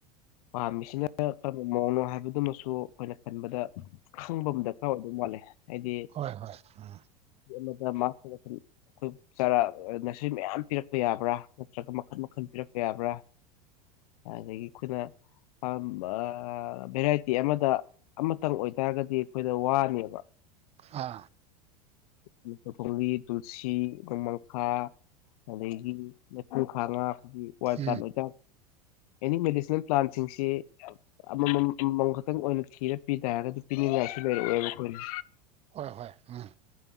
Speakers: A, on the left; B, on the right.
A: ꯄꯥꯝꯃꯤꯁꯤꯅ ꯀꯔꯝꯕ ꯃꯑꯣꯡꯅꯣ ꯍꯥꯏꯕꯗꯨꯃꯁꯨ ꯑꯩꯈꯣꯏꯅ ꯈꯟꯕꯗ ꯈꯪꯕ ꯑꯃ ꯗꯔꯀꯥꯔ ꯑꯣꯏꯕ ꯋꯥꯠꯂꯦ ꯑꯩꯗꯤ
B: ꯍꯣꯏ ꯍꯣꯏ ꯎꯝ
A: <unintelligible> ꯑꯩꯈꯣꯏ ꯆꯔꯥ ꯉꯁꯤ ꯃꯌꯥꯝ ꯄꯤꯔꯛꯄ ꯌꯥꯕ꯭ꯔꯥ ꯅꯠꯇ꯭ꯔꯒ ꯃꯈꯜ ꯃꯈꯜ ꯄꯤꯔꯛꯄ ꯌꯥꯕ꯭ꯔꯥ ꯑꯗꯒꯤ ꯑꯩꯈꯣꯏꯅ ꯑ ꯕ ꯚꯦꯔꯥꯏꯇꯤ ꯑꯃꯗ ꯑꯃꯇꯪ ꯑꯣꯏꯇꯥꯔꯒꯗꯤ ꯑꯩꯈꯣꯏꯗ ꯋꯥꯅꯦꯕ
B: ꯍꯥ
A: ꯂꯤꯇ ꯈꯣꯡꯕꯤ ꯇꯨꯜꯁꯤ ꯈꯣꯡꯃꯪꯈꯥ ꯑꯗꯒꯤ ꯂꯩꯄꯨꯡ ꯈꯥꯉꯥ <unintelligible>
B: ꯎꯝ
A: ꯑꯦꯅꯤ ꯃꯦꯗꯤꯁꯤꯟ ꯄ꯭ꯂꯥꯟꯁꯤꯡꯁꯤ ꯑꯃꯃꯝꯃꯝ ꯈꯛꯇꯪ ꯑꯣꯏꯅ ꯊꯤꯔ ꯄꯤ ꯇꯔꯒꯗꯤ ꯄꯤꯅꯤꯡꯉꯥꯏꯁꯨ ꯂꯩꯔꯛ ꯑꯣꯏꯕ ꯈꯣꯏꯅ
B: ꯍꯣꯏ ꯍꯣꯏ ꯎꯝ꯫